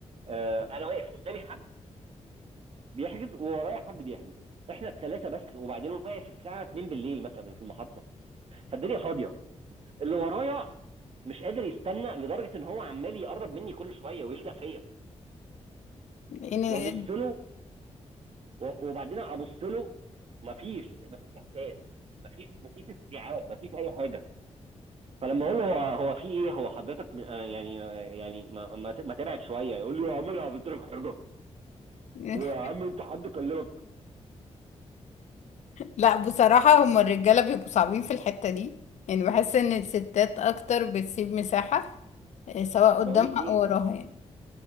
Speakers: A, on the right; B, on the left.
A: آه انا واقف قدامي حد بيحجز وورايا حد بيحجز احنا الثلاثه بس وبعدين واقف الساعه 2 بالليل مثلا في المحطه فالدنيا فاضيه اللي ورايا مش قادر يستنى لدرجه ان هو عمال يقرب مني كل شويه ويلزق فيا
B: لان
A: وابص له و- وبعدين ابص له مفيش مفيش احساس مفيش مفيش استيعاب مفيش اي حاجه فلما اقول له هو هو في ايه هو حضرتك م- آه يعني آه يعني ما ما ما تبعد شويه يقول لي يا عم انا عملت لك حاجه
B: <laughs>
A: هو يا عم انت حد كلمك
B: لا بصراحة هما الرجالة بيبقوا صعبين في الحتة دي يعني بحس ان الستات اكتر بتسيب مساحة آه، سواء قدامها
A: بقول لك ايه
B: او وراها يعني